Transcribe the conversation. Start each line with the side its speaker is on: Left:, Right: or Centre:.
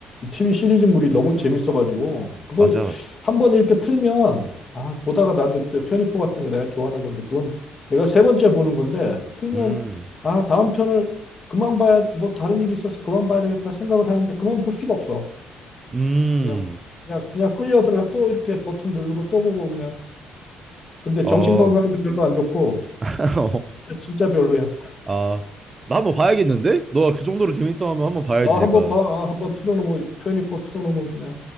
Left: TV 시리즈물이 너무 재밌어가지고 그걸
Right: 맞아 맞아.
Left: 한번 이렇게 틀면 아 보다가 나도 저24 같은 거 내가 좋아하는 건데 그건 내가 세 번째 보는 건데 틀면
Right: 음.
Left: 아 다음 편을 그만 봐야 뭐 다른 일이 있어서 그만 봐야 되겠다 생각을 하는데 그만 볼 수가 없어
Right: 음.
Left: 그냥 그냥 그냥 끌려 들어가 또 이렇게 버튼 누르고 또 보고 그냥 근데
Right: 어,
Left: 정신 건강에도 별로 안 좋고
Right: <laughs>
Left: 진짜 진짜 별로야
Right: 아, 나 한번 봐야겠는데? 너가 그 정도로 재밌어하면 한번 봐야지
Left: 아,
Right: 내가.
Left: 한번 봐. 아, 한번 틀어놓으면, 24 틀어놓으면 그냥